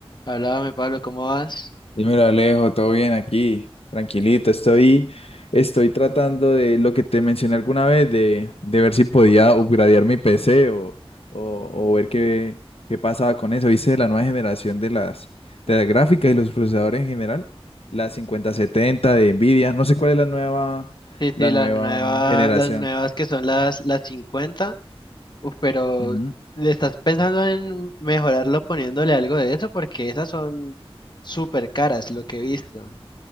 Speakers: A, on the left; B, on the left.
A: Háblame, Pablo, ¿cómo vas?
B: Dímelo, Alejo, todo bien aquí, tranquilito. Estoy, estoy tratando de lo que te mencioné alguna vez, de, de ver si podía upgradear mi PC o, o, o ver qué, qué pasaba con eso. ¿Viste la nueva generación de las, de las gráficas y los procesadores en general? La 5070 de Nvidia, no sé cuál es la nueva,
A: Sí,
B: la
A: sí, la
B: nueva
A: nueva,
B: generación.
A: las nuevas que son las, las cincuenta Uf, pero
B: Ujú.
A: ¿le estás pensando en mejorarlo poniéndole algo de eso? Porque esas son súper caras, lo que he visto.